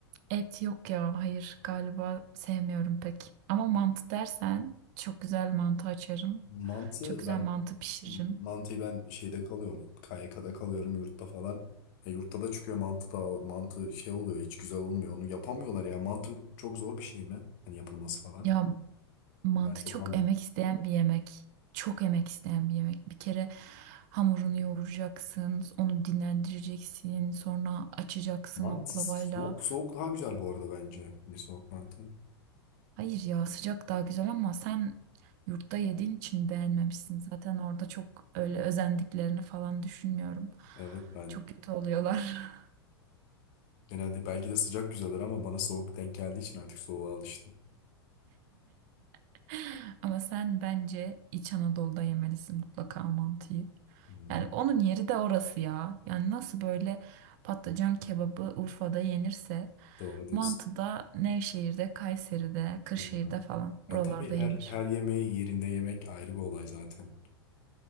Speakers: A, on the right; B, on the left.
A: et yok ya, hayır galiba sevmiyorum pek. Ama mantı dersen çok güzel mantı açarım.
B: Mantı
A: Çok güzel
B: ben
A: mantı pişiririm.
B: mantıyı ben şeyde kalıyorum. KYK'da kalıyorum yurtta falan. E, yurtta da çıkıyor mantı da mantı şey oluyor hiç güzel olmuyor. Onu yapamıyorlar ya. Mantı çok zor bir şey mi? Hani yapılması falan.
A: Ya mantı
B: Ben çok
A: çok
B: an
A: emek isteyen bir yemek. Çok emek isteyen bir yemek. Bir kere hamurunu yoğuracaksın, onu dinlendireceksin, sonra açacaksın
B: Mantı
A: oklavayla.
B: soğuk soğuk daha güzel bu arada bence. Hani soğuk mantı.
A: Hayır ya sıcak daha güzel ama sen yurtta yediğin için beğenmemişsin. Zaten orada çok öyle özendiklerini falan düşünmüyorum.
B: Evet ben
A: Çok kötü oluyorlar.
B: genelde belki de sıcak güzeldir ama bana soğuk denk geldiği için artık soğuğa alıştım.
A: <laughs> Ama sen bence İç Anadolu'da yemelisin mutlaka mantıyı.
B: Hmm,
A: Yani onun yeri de orası ya. Yani nasıl böyle patlıcan kebabı Urfa'da yenirse
B: doğru diyorsun.
A: mantı da Nevşehir'de, Kayseri'de, Kırşehir'de
B: Ha.
A: falan
B: Ya
A: buralarda
B: tabii her
A: yenir.
B: her yemeği yerinde yemek ayrı bir olay zaten.